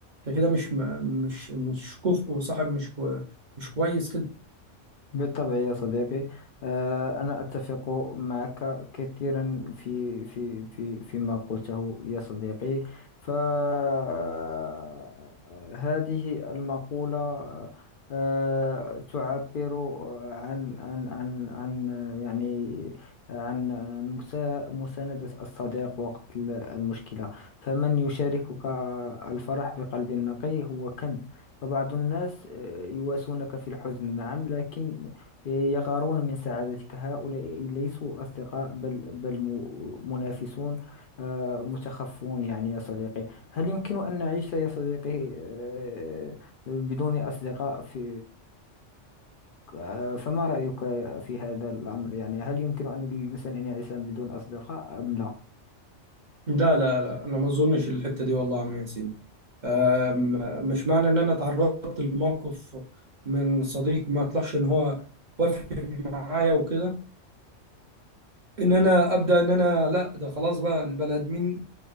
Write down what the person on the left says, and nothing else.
بالطبع يا صديقي آه، أنا أتفق معك كثيرا في في في فيما قلته يا صديقي فهذه المقولة آه، تعبر عن عن عن عن يعني عن عن مسا- مساندة الصديق وقت المشكلة فمن يشاركك الفرح بقلب نقي هو كنز فبعض الناس آه، يواسونك في الحزن نعم لكن آه، يغارون من سعادتك هؤلاء ليسوا أصدقاء بل بل م- منافسون آه، متخفون يعني يا صديقي هل يمكن أن نعيش يا صديقي آه، بدون أصدقاء في آه، فما رأيك في هذا الأمر يعني هل يمكن أن للإنسان أن يعيش بدون أصدقاء أم لا